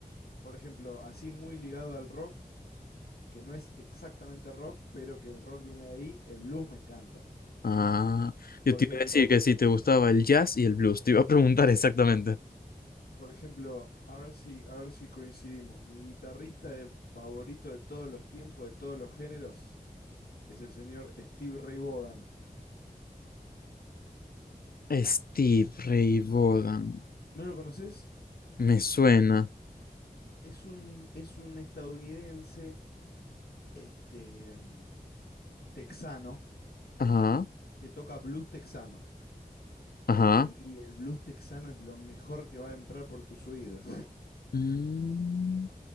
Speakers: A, on the left; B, on the left.
A: por ejemplo, así muy ligado al rock, que no es exactamente rock, pero que el rock viene de ahí, el blues me encanta.
B: Ah, yo
A: Por
B: te
A: ejemplo,
B: iba a decir que si te gustaba el jazz y el blues, te iba a preguntar <laughs> exactamente.
A: Por ejemplo, a ver si, a ver si coincidimos. Mi guitarrista de- favorito de todos los tiempos, de todos los géneros, es el señor Steve Ray Vaughan.
B: Steve Ray Vaughan,
A: ¿No lo conoces?
B: me suena.
A: Es un, es un estadounidense, este, mm, texano,
B: Ajá.
A: que toca blues texano.
B: Ajá,
A: Y el blues texano es lo mejor que va a entrar por tus oídos.
B: Mm,